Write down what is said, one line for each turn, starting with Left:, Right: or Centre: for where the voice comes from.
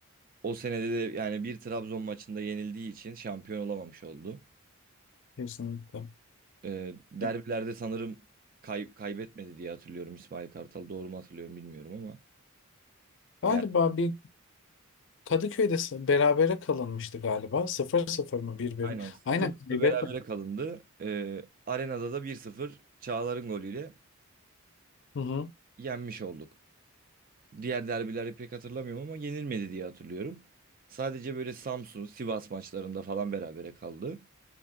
Right: O senede de yani bir Trabzon maçında yenildiği için şampiyon olamamış oldu.
Left: Kesinlikle.
Right: Ee, derbilerde
Left: Ya,
Right: sanırım kay- kaybetmedi diye hatırlıyorum İsmail Kartal. Doğru mu hatırlıyorum bilmiyorum ama.
Left: Galiba
Right: Yani
Left: bir Kadıköy'de s- berabere kalınmıştı galiba. sıfır sıfır mı 1-1
Right: aynen
Left: mi?
Right: sıfır
Left: Aynen
Right: sıfır
Left: kaybetme.
Right: berabere kalındı. Ee, arenada da bir sıfır Çağlar'ın golüyle
Left: Hı hı.
Right: yenmiş olduk. Diğer derbileri pek hatırlamıyorum ama yenilmedi diye hatırlıyorum. Sadece böyle Samsun, Sivas maçlarında falan berabere kaldı.